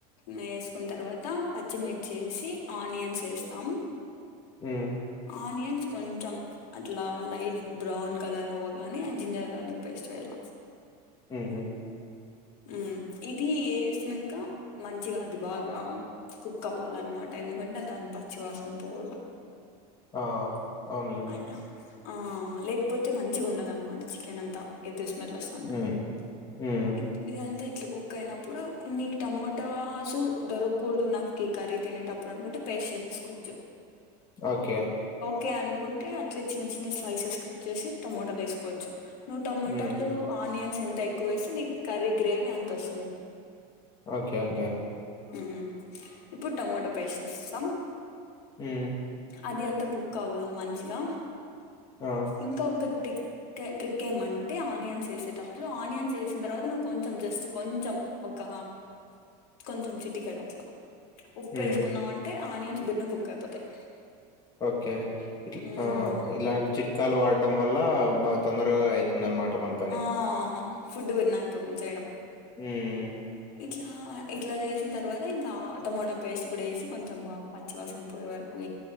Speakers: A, on the left; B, on the left.
A: వేసుకున్న తర్వాత పచ్చిమిర్చి ఏసి ఆనియన్స్ ఏస్తాం
B: హ్మ్.
A: ఆనియన్స్ కొంచెం అట్లా లైట్ బ్రౌన్ కలర్ అవ్వగానే జింజర్ గార్లిక్ పేస్ట్ వెళ్ళ
B: హ్మ్ హు
A: ఉమ్ ఇది ఏసినాక మంచిగా అది బాగా కుక్ అవ్వాల అన్మాట ఎందుకంటే దాని పచ్చివాసన పోవాల
B: ఆ! అవునులేండి
A: అలా ఆ లేకపోతే మంచిగా ఉండదు అనమాట చికెన్ అంతా ఎదు స్ స్మెల్ సంట
B: హ్మ్. హ్మ్.
A: ఇద్ ఇదంతే ఇట్ల కుక్ అయినప్పుడు నీకు టమోటాసు దొరకకూడదు నాకు కర్రీ తినేటప్పుడు అనుకుంటే పేస్ట్ చేసేసుకోవచ్చు
B: ఓకే
A: కే అనుకుంటే అట్లే చిన్న చిన్న స్లైసెస్ కట్ చేసి టమోటలు వేసుకోవచ్చు నువ్వు టొమోటోలు
B: హ్మ్.
A: ఆనియన్స్ ఎన్ ట్ క్కువేసి నీకు కర్రీ గ్రేవీ అంత వస్తుంన్
B: ఓకే ఓకే
A: ఉమ్ ఇప్పుడు టొమోటో పేస్ేస్తాం
B: హ్మ్.
A: అది అంత కుక్ మంచిగా
B: ఆ!
A: ఇంకా ఒక త్ ట్రిక్ ట్రిక్ ఏమ్ అంటే ఆనియన్స్ వేసేటప్పుడు ఆనియన్స్ వేసిన తర్వాత నువ్వు కొంచెం జస్ట్ కొంచెం ఒక కొంచెం చిటికెడు అట్లా ఉప్పు
B: హ్మ్.
A: ఏసుకున్నావ్ అంటే ఆనియన్స్ బెర్నా కుక్ అయిపోతాయి
B: ఓకే
A: మ్మ్
B: ఆ ఇలాంటి చి క్కలు వాడడం వల్ల బాగా తొందరగా అయిత్ దనమాట మన పని
A: ఆ ఫుడ్ బెర్నా అయిపోతుంది చేయడం
B: హూ మ్
A: ఇట్లా ఇట్లా చేసిన తర్వాత ఇంకా టమాోటా పేస్ట్ కూడా వేసి కొంచెం బాగా పచ్చివాసన పొయే వరకు